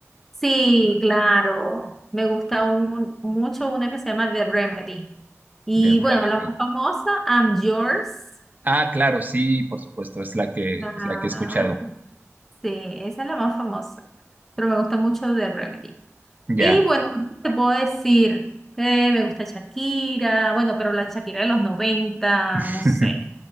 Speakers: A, in the centre; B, on the right.
A: Sí, claro. Me gusta un- mucho una que se llama The Remedy. Y
B: de Remedy.
A: bueno, la más famosa, I'm Yours.
B: Ah, claro, sí, por supuesto, es la que
A: Ah,
B: es la que he escuchado.
A: sí, esa es la más famosa. Pero me gusta mucho The Remedy.
B: Ya.
A: Y bueno, ¿qué te puedo decir? Eh, me gusta Shakira. Bueno, pero la Shakira de los 90,
B: <laughs>
A: no sé.